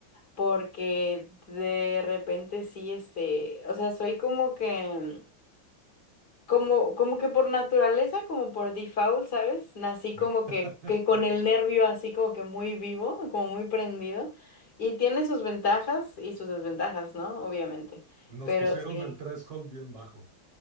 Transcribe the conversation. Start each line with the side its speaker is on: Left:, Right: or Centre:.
Left: porque de repente sí, este, o sea, soy como que, como, como que por naturaleza, como por default, ¿sabes? Nací como
Right: <laughs>
Left: que, que con el nervio así como que muy vivo, como muy prendido, y tiene sus ventajas y sus desventajas, ¿no? Obviamente,
Right: Nos
Left: pero
Right: pusieron
Left: sí.
Right: el threshold bien bajo.